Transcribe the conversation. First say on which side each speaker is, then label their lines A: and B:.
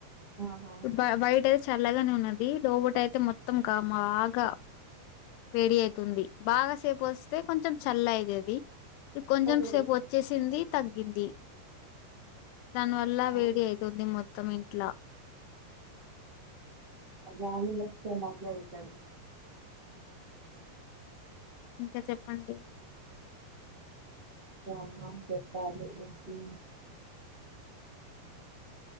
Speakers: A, on the right; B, on the left.
A: ఆహా
B: బ బయట అయి చల్లగనే ఉన్నది, లోబట అయితే మొత్తం కా మా ఆగా వేడీ అయితే ఉంది, బాగా సేపు వస్తే కొంచెం చల్లైగది కొంచం
A: అవునండి
B: సేపు వచ్చేసింది, తగ్గింది. తన వల్ల
A: ఆ
B: వేడి అయితుంది మొత్తం ఇంట్లా
A: ఉమ్ అ అ మొద అవుతా
B: ఇంకా చెప్పండి
A: మ్మా చెప్పాలి ఏంటి